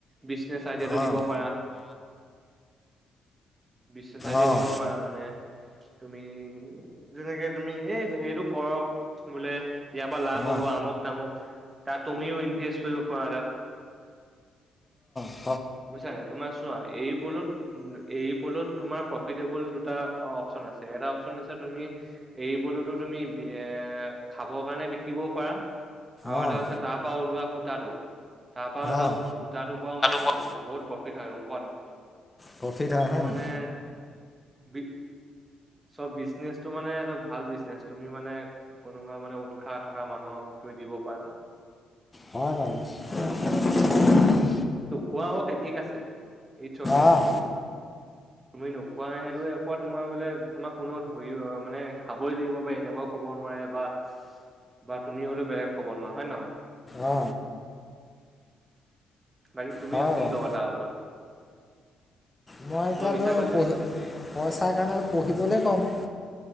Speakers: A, on the right; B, on the left.
A: বিজনেচ আইডিয়াটো
B: অঁ
A: দিব পাৰা। বিজনেছ আইডিয়া
B: অঁ অঁ অঁ
A: দিব পাৰা মানে তুমি যেনেকে তুমি এই এইটো কৰক বোলে ইয়াৰ পৰা লাভ
B: হয়
A: হব আমুক তামুক তাত তুমিও ইনভেষ্ট কৰিব পৰা তাত
B: অ।
A: বুজিছা নাই তোমাৰ চোৱা এৰি পলুত এই পলুত তোমাৰ প্ৰফিটেবল দুটা অপচন আছে এটা অপচন দিছে তুমি এই পলুতো তুমি এ খাবৰ কাৰণে বিকিবও পাৰা আৰু
B: অঁ
A: এটা হৈছে তাৰ পৰা ওলোৱা সূতাটো তাৰ পৰা অলপ
B: অঁ
A: সূ সূতাটোৰ পৰা মানে
B: অঁ
A: বহুত প্ৰফিট হয় গম পোৱা নাই?
B: প্ৰফিট হয়
A: চ'
B: হয়
A: মানে
B: নাই
A: বি চব বিজনেচটো মানে এইটো ভাল বিজনেচ তুমি মানে কোনোবা মানে উৎসাহ থকা মানুহক তুমি দিব পাৰা আমাৰ
B: হয় হয়। <unintelligible>
A: কোৱা অকে ঠিক আছে, ইটচ অঁকে।
B: অঁ
A: তুমি নোখোৱাই সেইটোৱে একপত মই বোলে টো ধৰি অ মানে খাবই লাগিব বা এনেকুৱাও ক'ব নোৱাৰে বা বা তুমি হলেও বেয়া কব নোৱাৰা হয় নে নহয়?
B: অ।
A: বাকী তুমিও
B: হয়
A: কি
B: বাৰু
A: কবা তাৰ ওপৰত?
B: মই এতিয়াতো
A: মিছা কৈছো
B: পঢ়ি
A: নেকি?
B: পইচাৰ কাৰণ পুহিবলে ক'ম।